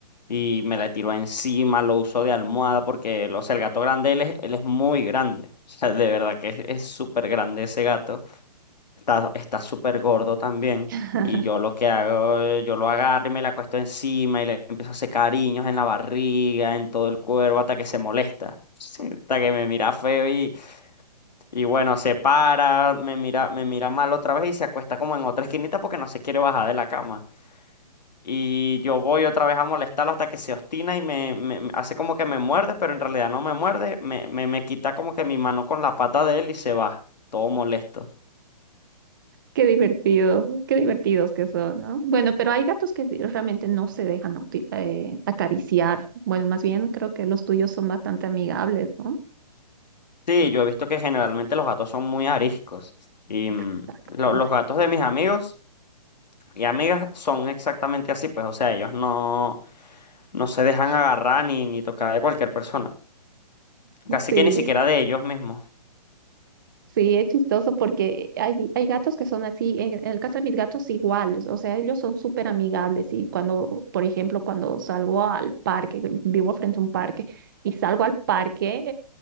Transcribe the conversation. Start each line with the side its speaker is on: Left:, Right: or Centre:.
Left: y me la tiró encima, lo usó de almohada porque, o sea, el gato grande, él es, él es muy grande. <laughs> O sea, de verdad que es es súper grande ese gato. Está, está súper gordo también.
Right: <laughs>
Left: Y yo lo que hago, eh, yo lo agarro y me la acuesto encima y le empiezo a hacer cariños en la barriga, en todo el cuerpo, hasta que se molesta. <laughs> Hasta que me mira feo y, y bueno, se para, me mira, me mira mal otra vez y se acuesta como en otra esquinita porque no se quiere bajar de la cama. Y yo voy otra vez a molestarlo hasta que se obstina y me, me- me hace como que me muerde, pero en realidad no me muerde, me, me, me quita como que mi mano con la pata de él y se va, todo molesto.
Right: Qué divertido, qué divertidos que son, ¿no? Bueno, pero hay gatos que realmente no se dejan auti- eh, acariciar. Bueno, más bien creo que los tuyos son bastante amigables, ¿no?
Left: Sí, yo he visto que generalmente los gatos son muy ariscos y mm,
Right: Exacto.
Left: lo- los gatos de mis amigos y amigas son exactamente así, pues o sea, ellos no, no se dejan agarrar ni, ni tocar de cualquier persona, casi
Right: Sí.
Left: que ni siquiera de ellos mismos.
Right: Sí, es chistoso porque hay, hay gatos que son así, en, en el caso de mis gatos iguales, o sea, ellos son súper amigables y cuando, por ejemplo, cuando salgo al parque, vivo frente a un parque y salgo al parque,